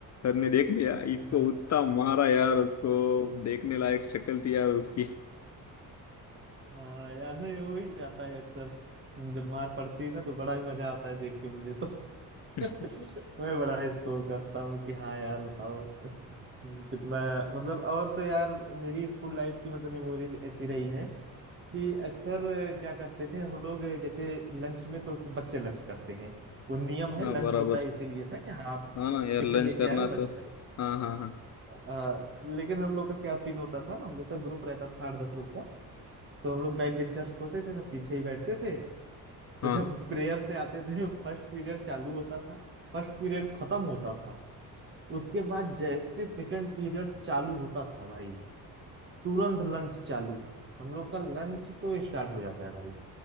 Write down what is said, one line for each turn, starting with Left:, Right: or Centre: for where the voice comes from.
Left: सर ने देख लिया इसको
Right: हाँ
Left: उतना मारा यार उसको देखने लायक शक्ल थी यार उसकी
Right: हाँ यार नहीं हो ही जाता है अक्सर जब मार पड़ती है ना तो बड़ा ही मजा आता है देख के मुझे तो
Left: <laughs>
Right: <laughs> मैं बड़ा इसको करता हूँ कि हाँ यार बताओ कितना मतलब और तो यार मेरी स्कूल लाइफ की मतलब मेमोरीज ऐसी रही हैं कि अक्सर क्या करते थे हम लोग जैसे लंच में तो सब बच्चे लंच करते हैं वो नियम
Left: हाँ
Right: है लंच
Left: बराबर
Right: होता है इसीलिए था कि हाँ
Left: हाँ ना यार
Right: टिफिन
Left: लंच
Right: लेके
Left: करना
Right: आए हो लंच
Left: तो
Right: करो
Left: हाँ हाँ हाँ
Right: हाँ लेकिन हम लोग का क्या सीन होता था हम लोग का ग्रुप रहता था आठ दस लोग का तो हम लोग बैक बेंचर्स होते थे सब पीछे ही बैठते थे तो
Left: हाँ
Right: जब प्रेयर से आते थे <laughs> फर्स्ट पीरियड चालू होता था फर्स्ट पीरियड खत्म होता था उसके बाद जैसे सेकंड पीरियड चालू होता था भाई तुरंत लंच चालू हम लोग का लंच तो स्टार्ट हो जाता है भाई